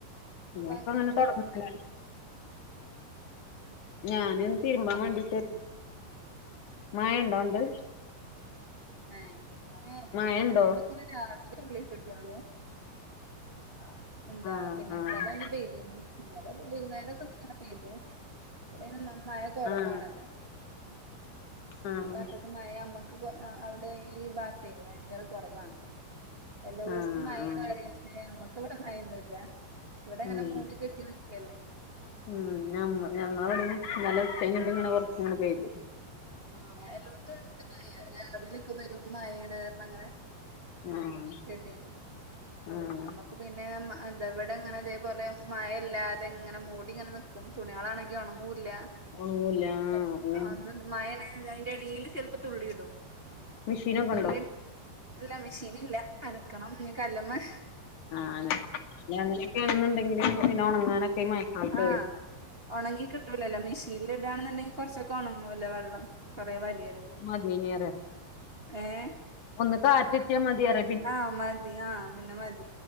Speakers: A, on the left; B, on the right.
A: ക്ക്
B: അങ്ങനൊക്കെ
A: അങ്ങനെ തുടങ്ങ <unintelligible> ഞാന്
B: എല്ലാരും
A: തിരുമ്പാൻ വേണ്ടിട്ട് മാഴണ്ടോ ആണ്ട്
B: ഏഹ് <unintelligible>
A: മഴ ഉണ്ടോ
B: രാവിലെ തുള്ളി ട്ടിട്ടുള്ളൂ ആഹ് എന്താ
A: ആഹ്
B: പിന്നെ
A: ആഹ്
B: ഇന്നലെ ഒന്ന് പെയ്തിനു ഇന്നലെ <unintelligible> വൈകുന്നേരക്കെ ഒന്ന് ഇങ്ങനെ പെയ്തു <unintelligible> മഴ കുറവാണല്ലോ
A: ആഹ് ആഹ്
B: ഈ ഭാത്തൊക്കെ മഴ നമ്മക്ക് അവിടെ ഈ ഭാത്തേ ഭയങ്കര കുറവാണ് എല്ലോട്ത്തും
A: ആഹ്
B: മഴ
A: ആഹ്
B: കര്യോകെ നമ്മക്ക് വടെ മയൊന്നുല്ല ഇവിടെങ്ങനെ
A: ഉം
B: മൂടി കെട്ടി നിക്കല്ലേ
A: ഉം ഞ ഞങ്ങള ഇവിടെ ഇന്നലെഉച്ചകഴഞ്ഞിട്ട് ഇങ്ങനെ കൊറച്ഇങ്ങനെ പൈതു
B: ആഹ് എല്ലോട്ത്തും ഉണ്ട് മയ രാവിലൊക്കെ പെരും മഴണ് അർഞ് അങ്ങനെ
A: ആഹ്
B: <unintelligible>
A: ആഹ്
B: അമ്മക്ക് പിന്നെ തെ വടെങ്ങനെ തേപോലെ മഴല്ലാതെ ഇങ്ങനെ മൂടി ഇങ്ങനെ നി ക്കും തുണ്യാളാണെങ്കി ഒണങുല്ല
A: ഒണങ്ങൂല്ല ആഹ്
B: <unintelligible>
A: അങ്ങനെ
B: മഴണെ അയ്ന്റെ ടീല് ചെൽപ്പോ തുള്ളി ഇടും
A: മെഷീനൊക്കെ
B: തുള്ളി
A: ഉണ്ടോ
B: ഇല്ല മെഷീനില്ല അലക്കണം ഞ് കല്ല്മ്മെ
A: ആണ് ഞ് അങ്ങനെയൊക്കെ ണെന്നുണ്ടെങ്കില് ഉണങ്ങാനൊക്കെ ഈ മഴക്കാലത്ത്
B: ആഹ് ഒണങ്ങി കിട്ടൂലല്ലോ മെഷീൻല് ഇടാണെന്നുണ്ടെങ്കി കുറച്ചൊക്കെ ഉണങ്ങുല്ലേ വെള്ളം കുറെ വലിയല്ലേ
A: മത്യേഞ് അറ്യ
B: ഏഹ്
A: ഒന്ന് കാറ്റട്ട്യായാ മതിയറ
B: ആഹ് മതി ആഹ് പിന്നെ മതി